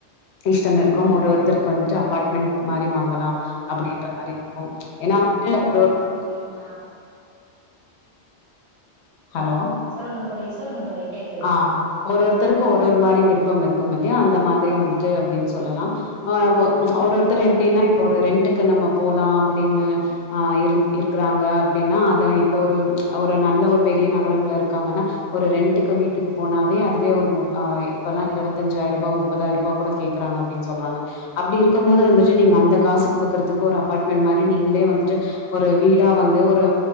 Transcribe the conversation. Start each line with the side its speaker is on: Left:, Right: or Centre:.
Left: இஷ்டம் இருக்கு ஒரு ஒருத்தருக்கு வந்துட்டு அபார்ட்மெண்ட் மாரி வாங்கலா அப்டின்ற மாரி இருக்கும் ஏனா வந்துட்டு
Right: போர்
Left: ஒரு ஒருத்த
Right: அடிக்குது இல்லைங்களா
Left: ஹலோ
Right: சொல்லுங்க தோழி சொல்லுங்க தோழி கேக்குது
Left: ஆ ஒரு ஒருத்தருக்கு ஒரு ஒரு மாரி விருப்பம் இருக்கும் இல்யா அந்த மாதிரி வந்துட்டு அப்டின் சொல்லலாம் ஆ ஒ ம் ஒரு ஒருத்தர் எப்டின்னா இப்ப ஒரு ரெண்ட்க்கு நம்ம போலா அப்டின்னு ஆ இருந் இருக்றாங்க அப்டின்னா அது இப்ப ஒரு ஒரு நல்ல ஒரு பெரிய நகரம்ல இருக்காங்கன்னா ஒரு ரெண்டுக்கு வீட்டுக்கு போனாவே அதுவே ஒரு் முப் அ இப்பெல்லா இருபத்தஞ்சாயிர் ரூவா முப் முப்பதாயிர் ரூவா கூட கேக்குறாங்க அப்டின் சொல்றாங்க அப்டி இருக்கும் போது வந்துட்டு நீங்க அந்த காசு குடுக்குறதுக்கு ஒரு அபார்ட்மெண்ட் மாரி நீங்களே வந்துட்டு ஒரு வீடா வந்து ஒரு